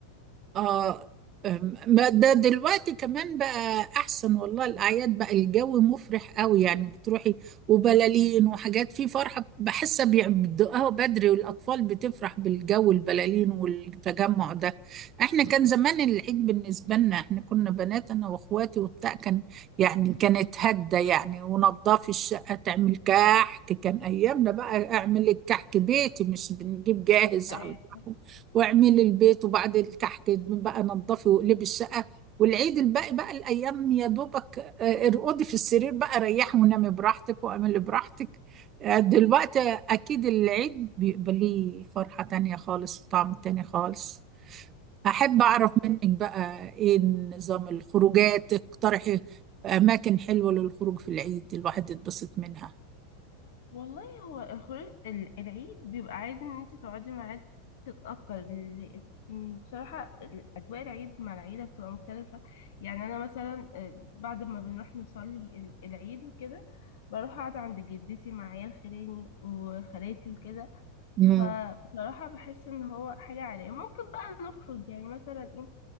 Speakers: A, on the right (about 35°); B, on the left (about 60°).
A: اه أم، ما ده دلوقتي كمان بقى احسن والله الاعياد بقى الجو مفرح قوي يعني بتروحي وبلالين وحاجات في فرحه بحسها بيبدأها بدري والاطفال بتفرح بالجو البلالين والتجمع ده احنا كان زمان العيد بالنسبه لنا احنا كنا بنات انا واخواتي وبتاع كان يعني كانت هده يعني ونضفي الشقه تعمل كحك كان ايامنا بقى اعمل الكحك بيتي مش بنجيب جاهز
B: أيوة
A: على البحر واعملي البيت وبعد اللي تحت بقى نظفي واقلبي الشقه والعيد الباقي بقى الايام يا دوبك آه، ارقدي في السرير بقى ريحي ونامي براحتك واعملي براحتك آه، دلوقتي اكيد العيد بيبقى ليه فرحه تانية خالص وطعم تاني خالص احب اعرف منك بقى ايه نظام الخروجات اقترحي اماكن حلوه للخروج في العيد الواحد يتبسط منها
B: والله هو الخروج ال- العيد بيبقى عايز ان انت تقعدي مع عيلتك اكتر ل- لأن بصراحة اجواء العيد مع العيلة بتبقى مختلفة يعني انا مثلا آه، بعد ما بنروح نصلي ال- العيد وكده بروح اقعد عند جدتي مع عيال خلاني وخالاتي وكده
A: مم.
B: فبصراحة بحس ان هو حاجة عائلية ممكن بقى نخرج يعني مثلا ايه